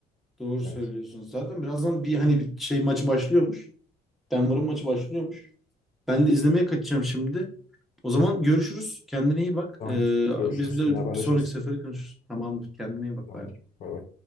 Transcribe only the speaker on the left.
Evet.
Tamamdır.
Görüşürüz.
Yine haberleşiriz.
Tamamdır.
Bay bay.